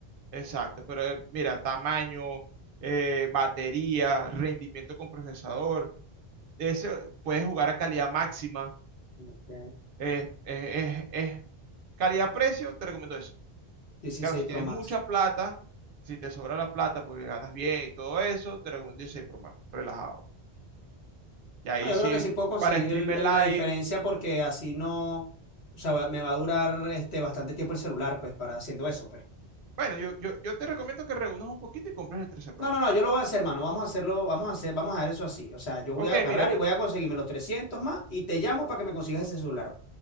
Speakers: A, on the right; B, on the left.
A: Exacto, pero eh, mira, tamaño, eh, batería, rendimiento con procesador. Eso, puedes jugar a calidad máxima.
B: Ok.
A: eh, eh, es- es calidad-precio, te recomiendo eso.
B: Dieciséis
A: Claro, si
B: Pro
A: tienes
B: Max.
A: mucha plata, si te sobra la plata porque ganas bien y todo eso, te recomiendo el Pro Max, relajado. Y ahí
B: No, yo
A: sí,
B: creo que sí puedo conseguir
A: para streamer
B: el- el-
A: live.
B: la diferencia porque así no, o sea, va- me va a durar este, bastante tiempo el celular, pues, para haciendo eso, pues.
A: Bueno, yo, yo, yo te recomiendo que reúnas un poquito y compres el 13 Pro
B: No,
A: Max.
B: no, no, yo lo voy a hacer, mano. Vamos a hacerlo, vamos a hacer, vamos a dar eso así. O sea, yo voy
A: Ok,
B: a agarrar
A: mira, te-
B: y voy a conseguirme los 300 más y te llamo para que me consigas ese celular.